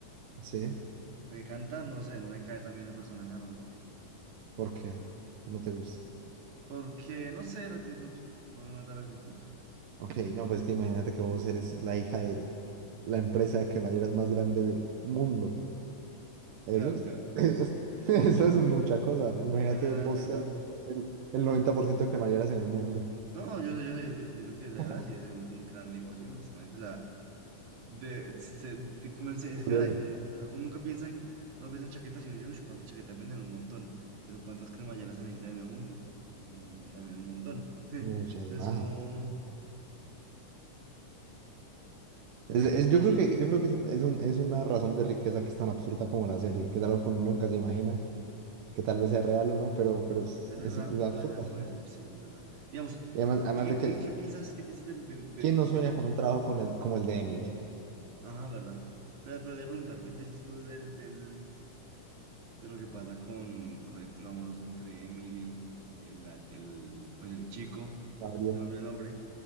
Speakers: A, on the right (about 85°); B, on the right (about 65°).
A: Sí, sí,
B: la que canta, no sé, no me cae tan bien el personaje a lo mejor,
A: ¿por qué? No te gusta.
B: porque, no sé, la actitud, no me mata la actitud.
A: Ok, no, pues que imagínate que vos eres la hija de la empresa de cremalleras más grande del mundo. Eso
B: Claro, claro,
A: es, <laughs> eso es mucha cosa. Imagínate
B: es verdad,
A: vos
B: es verdad.
A: ser el 90% de cremalleras en el mundo.
B: No, no, yo, yo, yo, yo creo que la
A: <laughs>
B: verdad sí es un, un gran negocio, honestamente, de, se- de comerse, es
A: Curioso.
B: que ay, eh, o sea, uno nunca piensa en, uno piensa en chaquetas y uno dice, uff, cuántas chaquetas venden un montón, pero cuántas cremalleras se necesitan en el mundo, Mm, también un montón. <laughs>
A: Muchas
B: Entonces
A: más.
B: uno,
A: Es- es- yo
B: pues
A: creo
B: sí,
A: que, yo creo que es, un- es un- es una razón de riqueza que es tan absurda como la serie, que es algo que uno nunca se imagina, que tal vez sea real o no, pero, pero es,
B: es verdad,
A: es absurda.
B: puede ser, puede ser, sí, es verdad. Digamos,
A: Y además,
B: ¿qué,
A: además
B: qué,
A: de que,
B: qué- qué piensas, qué piensas del, del, del,
A: ¿quién no sueña
B: del-
A: con un trabajo con el, como el de Emily?
B: ajá, verdad? Pero, pero te voy a preguntar, ¿qué piensas tú del, del, de lo que pasa con, con el trío amoroso entre Emily, el, el, pues el chico,
A: Gabriel,
B: se me olvidó el nombre,